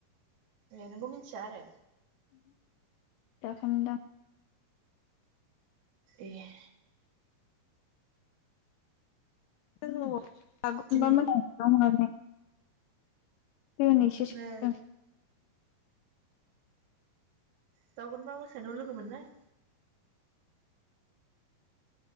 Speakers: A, on the right; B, on the left.
A: ए नोंबो मिथिया आरो
B: जाखोन दां
A: एह
B: <unintelligible>
A: दिनैसो
B: <unintelligible> दिनैसो सोंदों
A: ओ बागुरुमबा मोसानायाव लोगो मोननाय।